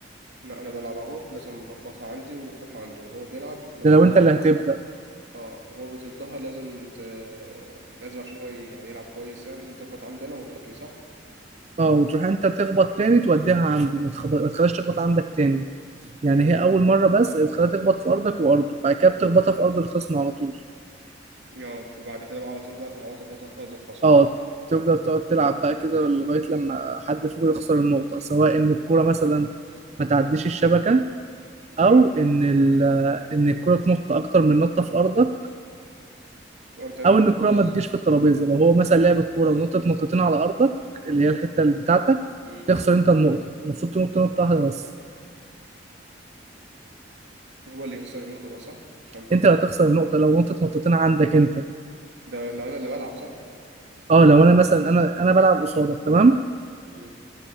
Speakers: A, on the right (about 70°); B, on the right (about 35°).
A: انا انا بلعب اهو لازم اخبطها عندي وتروح عنده وهو بيلعب لو
B: ده
A: هو
B: لو
A: بيصدها
B: انت اللي هتبدا
A: اه وهو بيصدها لازم ت... لازم عشان هو ي- يعني يلعب كويس يعني لازم تخبط عندي انا وتروح لي صح
B: اه وتروح انت تخبط تاني توديها عنده ما تخب- ما تخليهاش تخبط عندك تاني يعني
A: امم
B: هي اول مره بس تخليها تخبط في ارضك وارضه بعد كده بتخبطها في ارض الخصم على طول
A: اه فبعد كده بقى على طول بقى تقعد تخبطها في ارض الخصم
B: اه
A: صح
B: تفضل تقعد تلعب بقى كده لغايه لما حد فيكم يخسر النقطه سواء ان الكوره مثلا ما تعديش الشبكه
A: امم
B: او ان ال... ان الكوره تنط اكتر من نطه في ارضك
A: في ارض انا
B: او ان الكوره ما تجيش في الترابيزه لو هو مثلا لعب الكوره ونطت نطتين على ارضك اللي هي الحته اللي بتاعتك
A: امم
B: تخسر انت النقطه المفروض تنط نطه واحده بس
A: هو اللي يخسر النقطة بقى صح عشان
B: انت اللي هتخسر النقطه لو نطت نقطتين عندك انت
A: ده لو انا اللي بلعب صح
B: اه لو انا مثلا انا انا بلعب قصادك تمام
A: امم